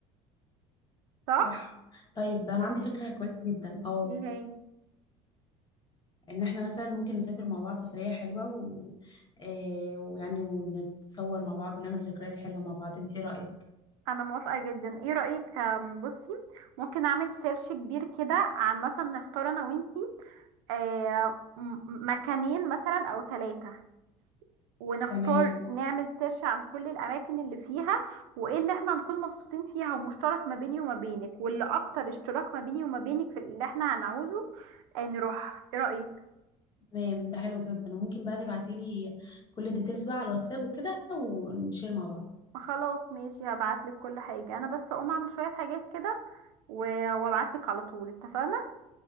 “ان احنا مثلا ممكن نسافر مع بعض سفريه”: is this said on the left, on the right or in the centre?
Left